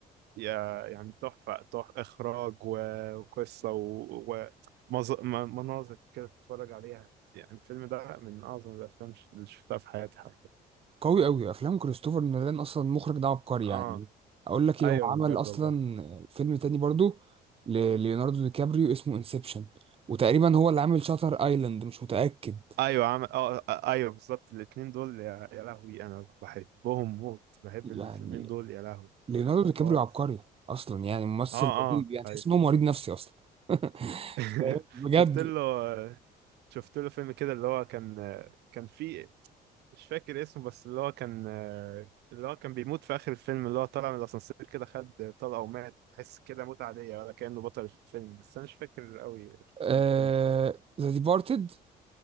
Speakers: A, on the right; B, on the right.
A: يا- يعني تحفة تحفة إخراج و- وقصة و- ومز- م- مناظر كده تتفرج عليها يعني الفيلم ده من أعظم الأفلام اللي شفتها في حياتي حرفيا
B: قوي قوي افلام كريستوفر نولان اصلا المخرج ده عبقري
A: آه
B: يعني اقول لك ايه
A: أيوه
B: هو عمل
A: بجد
B: اصلا
A: والله
B: فيلم تاني برضو لليوناردو دي كابريو اسمه انسبشن وتقريبا هو اللي عامل شاتر ايلاند مش متاكد
A: ايوه عم... آه آه، ايوه بالظبط الاثنين دول يا... يا لهوي انا بحبهم موت بحب
B: يعني
A: الفيلمين دول يا لهوي
B: ليوناردو
A: بحبهم
B: دي
A: خالص
B: كابريو عبقري اصلا يعني ممثل
A: اه اه
B: رهيب يعني
A: ايوه
B: تحس ان هو مريض نفسي اصلا <laughs>
A: <laughs>
B: بجد
A: شفت له شفت له فيلم كده اللي هو كان كان فيه مش فاكر اسمه بس اللي هو كان اللي هو كان بيموت في آخر الفيلم اللي هو طلع من الأسانسير كده خد طلقة ومات تحس كده موت عادية ولا كأنه بطل الفيلم بس أنا مش فاكر قوي
B: آه
A: اسم الفيلم
B: ذا ديبارتد